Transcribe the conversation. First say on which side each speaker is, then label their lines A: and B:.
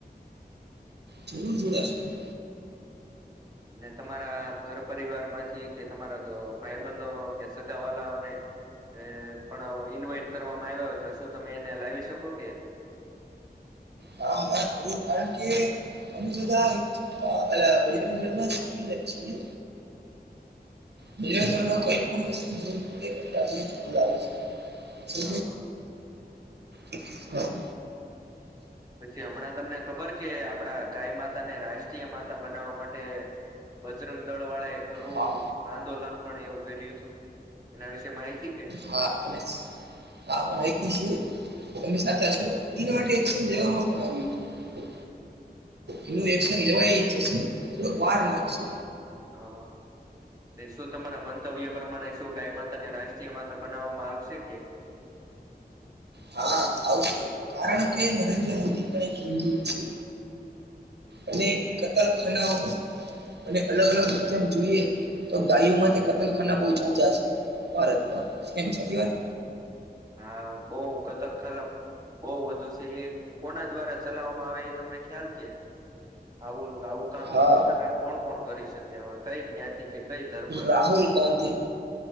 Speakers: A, on the right; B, on the right.
A: જરૂર જોડાશું
B: ને તમારા ઘર પરિવાર માંથી કે તમારા ભાઈ બેનો કે સગા વાલાઓને એ પણ ઇન્વાઈટ કરવામાં આવ્યો હોય તો શું તમે એને લાવી શકો કે
A: હાં હાં જરૂર કારણ કે અમે બધા આ પહેલા બજરંગ દળમાં જ સમી લક્ષી બજરંગ દળ મા કઈ પણ વસ્તુ જોવું પડે એટલે અમને છે
B: હા
A: <inaudible> હા
B: પછી હમણાં તમને ખબર કે આપડા ગાય માતા ને રાશ ટીય માતા બનાવવા માટે બજરંગ દળ વાળા એ ઘણું
A: હા
B: આંદોલન પણ એ ઉઘર્યું હતું એના વિશેે માહિતી કે
A: હા તમે હા માહિતી છે તમે સાચાશો ઈ માટે એક્સન લેવામાં આવ્યું તું એનું એક્શન લેવાય જશે થોડોક વાર લાગશે
B: હા પે શું તમારા મંતવ્ય પ્રમાણે શું ગાય માતા ને રાષ્ટ્રીય માતા બનાવામાં આવશે કે
A: હા આવશે કારણ કે નરેન્દ્ર મોદી પણ એક હિન્દૂ છે અને કતલ ખાનાઓ અને અલગ અલગ <unintelligible> જોઈએ તો ગાયોમાં તે કતલખાના બવ ઝાઝા છે ભારતમાં કેમ સાચી વાત
B: હા બોવ કતલખાના બોઉ વધુ છે એ કોના દ્વારા ચલાવવામાં આવે એ તમને ખ્યાલ કે આવું આવું કામ
A: હા
B: દુષ્ટ કામ કોણ કોણ કરી શકે આવા કઈ જ્ઞાતિ કે કઈ ધર્મ
A: રાહુલ ગંધી,